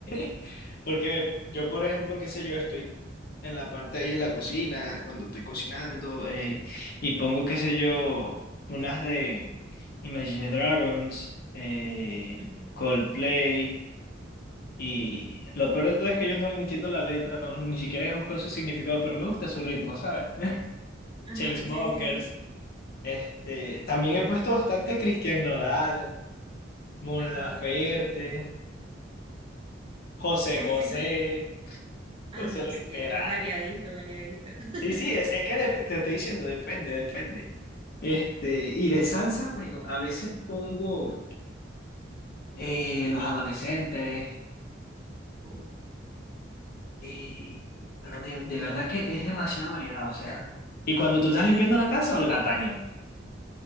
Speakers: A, on the left; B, on the right.
A: <laughs> porque yo, por ejemplo, qué sé yo, estoy en la parte ahí de la cocina, cuando estoy cocinando, eh, y pongo, qué sé yo, unas de Imagine Dragons, eh,
B: Mm,
A: Coldplay, y
B: ujú.
A: lo peor de todo es que yo no le entiendo la letra, no, ni siquiera he buscado su significado, pero me gusta su ritmo, ¿sabes? <laughs>
B: Ajá,
A: Chainsmokers,
B: sí, sí, sí.
A: este, también he puesto bastante Christian Nodal. Mon
B: Ah,
A: Laferte,
B: mira.
A: José
B: Sí,
A: José,
B: sí, como... Ah,
A: José
B: no,
A: Luis
B: sí,
A: Perales.
B: es variadito, variadito. <laughs>
A: Sí, sí, es, es que dep- te estoy diciendo, depende, depende. Este, y de salsa, bueno, a veces pongo eh, los adolescentes,
B: Oh.
A: y- pero de, de verdad que es demasiado variado, o sea. Y cuando tú estás limpiando la casa, Olga Tañón.